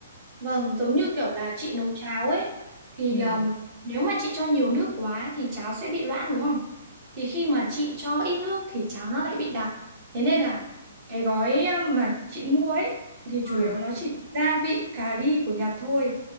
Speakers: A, on the right; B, on the left.
A: Vâng, giống như kiểu là chị nấu cháo ấy thì
B: Ừ. Ừ.
A: um, nếu mà chị cho nhiều nước quá thì cháo sẽ bị loãng đúng không? Thì khi mà chị cho ít nước thì cháo nó lại bị đặc. Thế nên là cái gói um, mà chị mua ấy thì
B: Ừ.
A: chủ yếu nó chỉ gia vị cà ri của Nhật thôi.